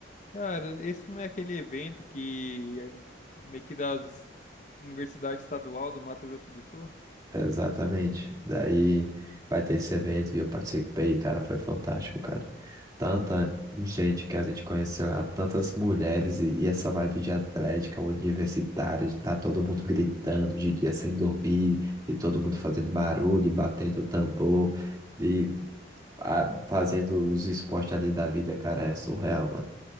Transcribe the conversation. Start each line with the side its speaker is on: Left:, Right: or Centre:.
Left: Cara, esse não é aquele evento que é meio que das Universidade Estadual do Mato Grosso do Sul?
Right: Exatamente. Daí vai ter esse evento e eu participei, cara, foi fantástico, cara. Tanta gente que a gente conheceu lá, tantas mulheres e, e essa vibe de atlética universitária, de tá todo mundo gritando de dia sem dormir e todo mundo fazendo barulho, e batendo tambor e ah, fazendo os esportes ali da vida, cara, é surreal, mano.